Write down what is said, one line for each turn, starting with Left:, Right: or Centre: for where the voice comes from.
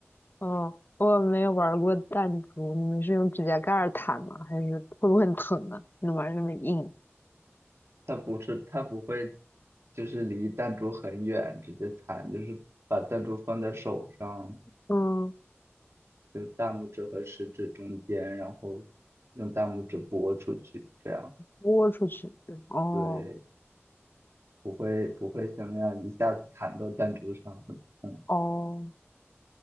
Left: 哦，我没有玩儿过弹珠，你们是用指甲盖儿弹吗？还是会不会很疼啊？你玩儿那么硬？
Right: 他不是他不会，就是离弹珠很远直接弹，就是把弹珠放在手上，
Left: 嗯，
Right: 就是大拇指和食指中间，然后用大拇指拨出去，这样
Left: 豁出去。对。哦
Right: 对，不会不会像那样一下子弹到弹珠上，很痛。
Left: 哦，